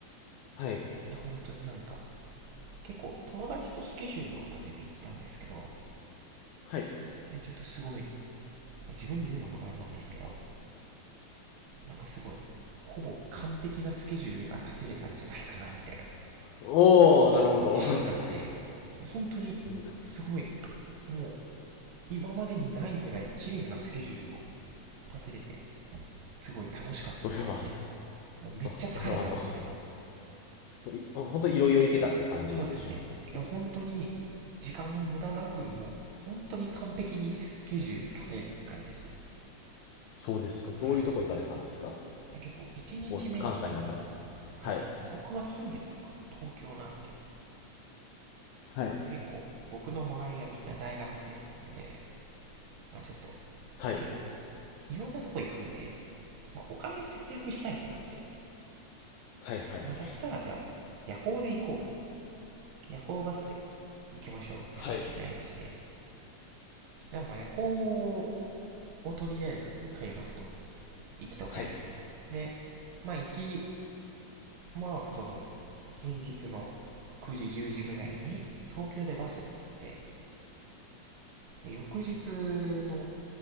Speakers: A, on the left; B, on the right.
A: はい。
B: いや、本当になんか、結構友達とスケジュールを立てて行ったんですけど、
A: はい。
B: え、ちょっとすごい、自分で言うのもなんなんですけど、なんかすごい、ほぼ完璧なスケジュールが立てれたんじゃないかな、みたいな、
A: おー、
B: 結構自信があって、
A: なるほど。<laughs>
B: 本当に、
A: で
B: すごい、もう、今までにないぐらい綺麗なスケジュールを立てれて、すごい楽しかったんですよね。
A: それは、
B: もうめっちゃ疲れたんですけど、
A: それはあの、い、本当いろいろ行けたって感じなんでしょうかね。
B: そうですね。いや、本当に、時間の無駄なく、もう、本当に完璧にスケジュール立てれたって感じですね。
A: そうですか。どういうとこ行かれたんですか
B: はい。結構、1日目に、
A: 大阪、関西の中で。はい。
B: あの、僕は住んでるのは東京なんで、
A: はい。
B: で結構、僕の周りはみんな大学生なんで、まあちょっと、
A: はい。
B: で結構はい、いろんなとこ行くんで、まあお金を節約したいってなって、
A: はい、はい、
B: まあだったらじゃあ、
A: はい。
B: 夜行で行こうと。夜行バスで行きましょうって話になりまして、
A: はい。
B: はいじゃあまあ夜行をとりあえず取りますと。行きと帰り。
A: はい。
B: はいで、まあ行き、まあその、前日の9時10時ぐらいに東京でバスに乗って、で、翌日の